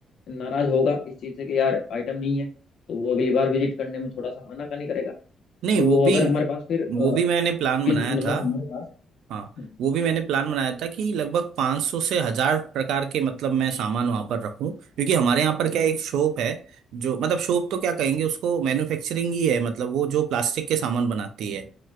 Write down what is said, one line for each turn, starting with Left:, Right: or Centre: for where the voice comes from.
Left: नाराज होगा इस चीज से कि यार आइटम नहीं है तो वो अगली बार विजिट करने में थोड़ा सा आनाकानी करेगा
Right: नहीं
Left: तो
Right: वो भी
Left: अगर हमारे पास फिर अ,
Right: वो भी मैंने प्लान बनाया
Left: विज- मतलब
Right: था
Left: हमारे पास
Right: हाँ
Left: हम्म,
Right: वो भी मैंने प्लान बनाया था कि लगभग 500 से हजार प्रकार के मतलब मैं सामान वहां पर रखूं क्योंकि हमारे यहाँ पर क्या एक शॉप है जो मतलब शॉप तो क्या कहेंगे उसको मैन्युफैक्चरिंग ही है मतलब वो जो प्लास्टिक के सामान बनाती है